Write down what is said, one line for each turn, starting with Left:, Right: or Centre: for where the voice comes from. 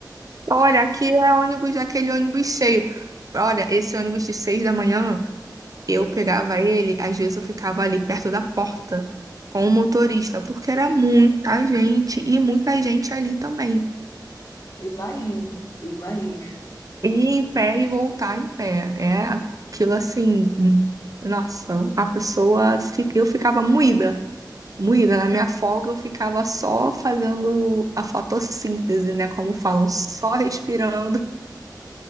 Right: Olha, aqui é ônibus, aquele ônibus cheio. Olha, esse ônibus de seis da manhã. Eu
Left: Eu
Right: pegava ele, às vezes eu ficava ali perto da porta com o motorista, porque era muita gente e muita gente ali também.
Left: imagino, imagino.
Right: Ir em pé e voltar em pé. É aquilo assim, hum, nossa, a pessoa, fi- eu ficava moída, moída. Na minha folga eu ficava só fazendo a fotossíntese, né, como falam, só respirando